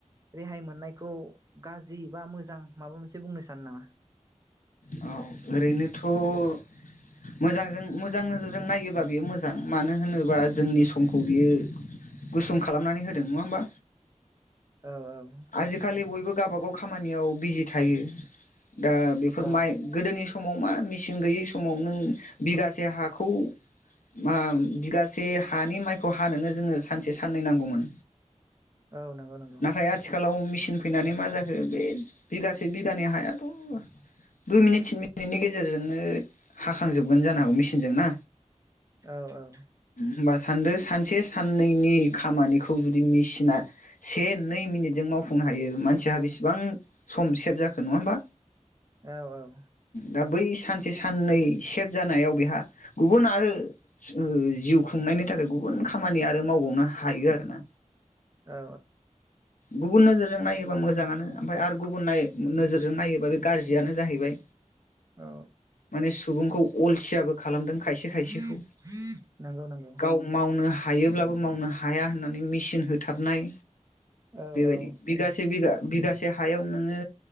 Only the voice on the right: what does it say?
रेहाय मोननायखौ गाज्रि बा मोजां माबा मोनसे बुंनो सानो नामा?
औ औ
औ
औ नंगौ नंगौ
औ औ
औ औ
औ
औ
<unintelligible> नंगौ नंगौ
औ
औ